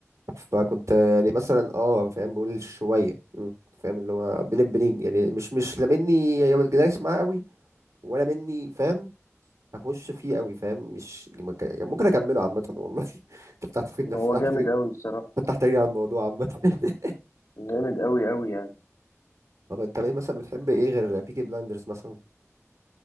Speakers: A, on the right (about 85°); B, on the left (about 80°).
A: فكنت يعني مثلا اه فاهم بقول شويه مم. فاهم اللي هو بين البنين يعني مش مش لا مني يعني دايس معاه قوي ولا مني فاهم هخش فيه قوي فاهم مش مك- يعني ممكن اكمله عامه والله <laughs> فتحت في
B: يعني
A: فتحت
B: هو جامد
A: في
B: قوي الصراحة
A: فتحت لي على الموضوع عامه <laughs>
B: جامد قوي قوي يعني
A: طب انت ليه مثلا بتحب ايه غير بيكي بلايندرز مثلا